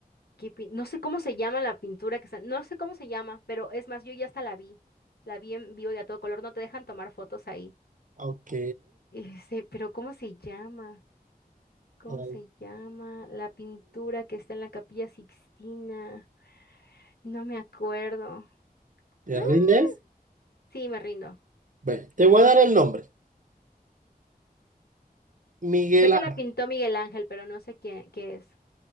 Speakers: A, on the left; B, on the right.
A: ¿qué pin- no sé cómo se llama la pintura que está. No sé cómo se llama, pero es más, yo ya hasta la vi. La vi en vivo y a todo color. No te dejan tomar fotos ahí.
B: Ok,
A: Este, pero ¿cómo se llama? ¿Cómo
B: ok.
A: se llama la pintura que está en la Capilla Sixtina? No me acuerdo.
B: ¿Te
A: <laughs>
B: rindes?
A: Sí, me rindo.
B: Bueno, te voy a dar el nombre. Miguel
A: Sé que
B: Ángel,
A: la pintó Miguel Ángel, pero no sé quién, qué es.